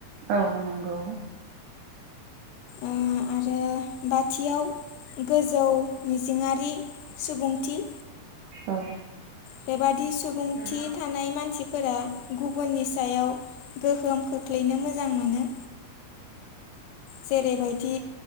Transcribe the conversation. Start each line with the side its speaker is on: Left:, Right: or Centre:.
Right: औ नंगौ।
Left: ओ आरो बाथियाव गोजौ मिजिंरि सुबुंथि
Right: औ
Left: बेबादि सुबुंथि
Right: औ
Left: थानाय मानसिफोरा गुबुननि सायाव गोहोम खो खख्लैनो मोजां मोनो। जेरैबायदि